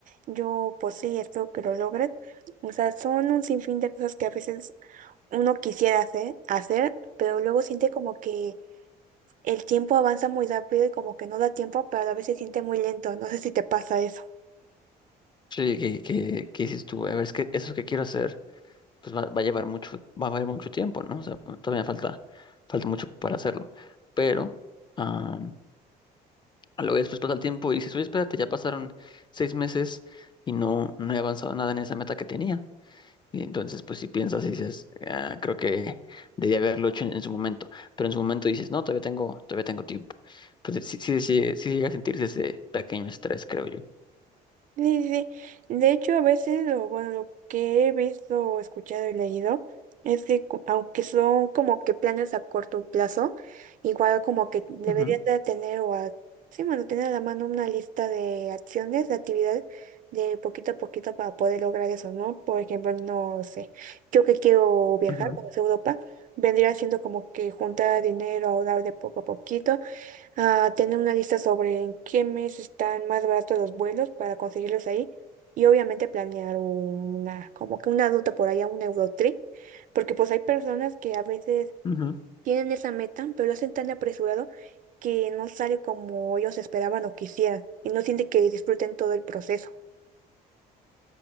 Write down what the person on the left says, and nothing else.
Sí, que, que, que dices tú, a ver, es que eso que quiero hacer, pues va, va a llevar mucho, va a llevar mucho tiempo, ¿no? O sea, todavía falta, falta mucho para hacerlo. Pero am, a lo que después pasa el tiempo y dices, oye, espérate, ya pasaron seis meses y no, no he avanzado nada en esa meta que tenía. Y entonces, pues si piensas y dices, "Ah, creo que debía haberlo hecho en, en su momento. Pero en su momento dices, no, todavía tengo, todavía tengo tiempo. Entonces, sí, sí, sí, sí llega a sentirse ese pequeño estrés, creo yo.
Ujú,
ujú,
ujú.